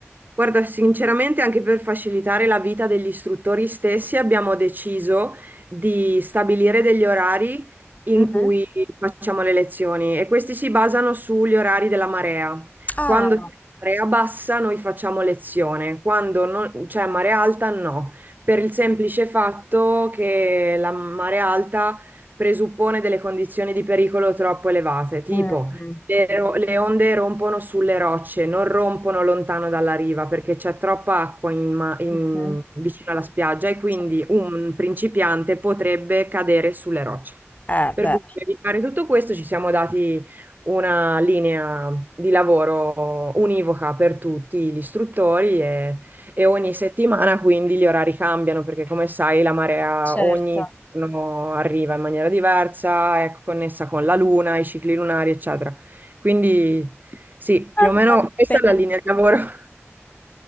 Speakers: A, on the right; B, on the left.
A: Guarda, sinceramente anche per facilitare la vita degli istruttori stessi abbiamo deciso di stabilire degli orari in
B: mhm.
A: cui facciamo le lezioni e questi si basano sugli orari della marea.
B: Ah,
A: Quando c'è marea bassa noi facciamo lezione, quando non- c'è marea alta no, per il semplice fatto che la marea alta presuppone delle condizioni di pericolo troppo elevate, tipo
B: mm, mm,
A: le, le onde rompono sulle rocce, non rompono lontano dalla riva perché c'è troppa acqua in ma- in-
B: mhm.
A: vicino alla spiaggia e quindi
B: Sì.
A: un principiante potrebbe cadere sulle rocce.
B: Eh,
A: Per
B: beh,
A: cui per evitare tutto questo ci siamo dati una linea di lavoro univoca per tutti gli istruttori e, e ogni settimana quindi gli orari cambiano perché come sai la marea
B: certo.
A: ogni giorno arriva in maniera diversa, è connessa con la luna, i cicli lunari, eccetera. Quindi sì, più
B: Ah,
A: o meno
B: beh,
A: questa
B: impegnativo.
A: è la linea di lavoro. <laughs>